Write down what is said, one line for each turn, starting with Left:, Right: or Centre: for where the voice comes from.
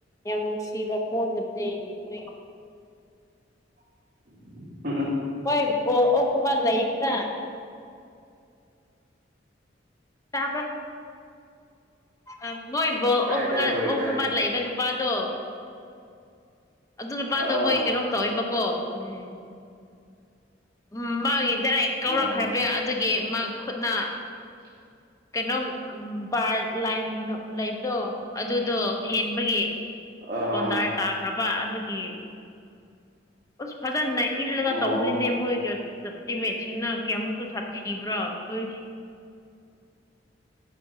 Left: ꯌꯥꯝ ꯅꯨꯡꯁꯤꯕ ꯄꯣꯟꯅꯦ ꯣꯏ
Right: <unintelligible>
Left: ꯑꯩꯣꯏ ꯍꯀꯨꯃꯜ ꯂꯩꯗꯤꯗ ꯇꯥ ꯑ ꯃꯣꯏꯕꯨꯕ
Right: ꯇꯥꯏ
Left: ꯑꯣ
Right: ꯇꯥꯏ ꯍꯣꯏ
Left: ꯑꯣꯛ
Right: ꯇꯥꯏ
Left: ꯅꯨꯃꯜ ꯂꯩꯕ ꯅꯨꯄꯥꯗꯣ ꯑꯗꯨ ꯅꯨꯄꯥꯗꯣ
Right: ꯑꯥ
Left: ꯃꯣꯏ ꯀꯩꯅꯣꯝ ꯇꯧꯏꯕꯀꯣ ꯎꯝ ꯎꯝ ꯃꯥꯒꯤ ꯗꯥꯏꯔꯦꯛ ꯀꯧꯔꯛꯈ꯭ꯔꯕ
Right: ꯑꯥ
Left: ꯑꯗꯨꯒꯤ ꯃꯥ ꯈꯨꯠꯅ
Right: <unintelligible>
Left: ꯀꯩꯅꯣꯝ ꯕꯥꯔ ꯂꯥꯏꯟ ꯂꯩꯕꯗꯣ ꯑꯗꯨꯗꯣ ꯍꯦꯟꯕꯒꯤ
Right: ꯑꯥ
Left: ꯀꯣꯟꯗꯥꯜ ꯇꯥꯈ꯭ꯔꯕ ꯑꯗꯨꯒꯤ ꯑꯁ ꯐꯖꯅ ꯏꯜꯂꯒ
Right: ꯑꯣ
Left: ꯇꯧꯕꯅꯤꯅꯦ ꯃꯣꯏꯒꯤ ꯇꯤꯃꯦꯠꯁꯤꯡꯅ ꯀꯌꯥꯃꯨꯛꯇ ꯁꯤꯕ꯭ꯔꯣ ꯑꯣꯏꯣꯏ
Right: ꯎꯝ